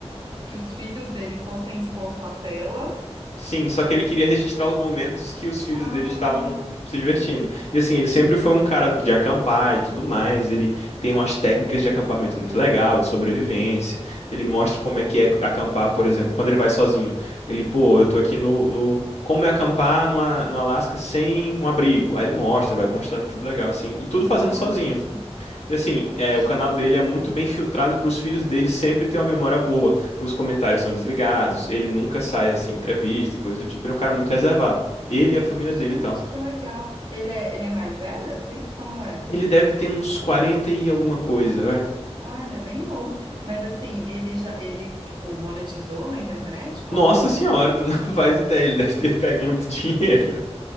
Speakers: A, on the right; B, on the left.
A: que os filhos dele fossem expostos a telas.
B: Sim, só que ele queria registrar os momentos que os filhos
A: Ah,
B: dele estavam se divertindo. E assim, ele sempre foi um cara de acampar e tudo mais. Ele tem umas técnicas de acampamento muito legal, de sobrevivência. Ele mostra como é que é acampar, por exemplo, quando ele vai sozinho. Ele, pô, eu tô aqui no, no... Como é acampar no, no Alasca sem um abrigo? Aí ele mostra, vai mostrando tudo legal, assim. E tudo fazendo
A: olha,
B: sozinho.
A: gente,
B: E assim, é,
A: gente,
B: o canal dele é muito bem filtrado para os filhos dele sempre ter uma memória boa. Os comentários são desligados, ele nunca sai assim, em entrevista e coisa do tipo. Ele é um cara muito reservado. Ele e a família
A: gente,
B: dele e tal.
A: que legal. Ele é, ele é mais velho, assim? Como é?
B: Ele deve ter uns 40 e alguma coisa, vai.
A: Ah, ele é bem novo. Mas assim, ele já, ele, tipo, monetizou na internet? Como
B: Nossa
A: foi?
B: senhora, tu não <laughs> faz ideia, ele deve ter pego muito dinheiro.